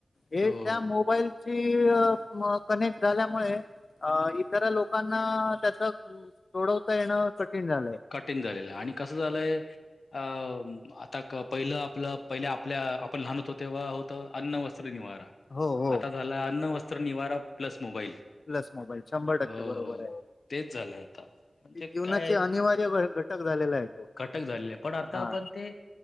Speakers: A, on the left; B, on the left.
A: हे
B: हो.
A: त्या मोबाईलची ते - म -कनेक्ट झाल्यामुळे इतर लोकांना त्याचा - सोडवता येणं कठीण झालय.
B: कठीण झालेलंय आणि कसं झालंय? अ आता पहिलं आपलं, पहिल्या आपल्या आपण लहान होतो तेव्हा होतं अन्न वस्त्र निवारा.
A: हो हो.
B: ल्याला अन्न, वस्त्र, निवारा प्लस मोबाईल.
A: Plus mobile. शंभर टक्के
B: हो
A: बरोबर आहे.
B: तेच झालंय आता म्हणजे
A: जीवनाचे
B: काय
A: अनिवार्य घ - -टक झालेला आहे. तो
B: घटक झालेलाय. पण आता
A: हा
B: पण ते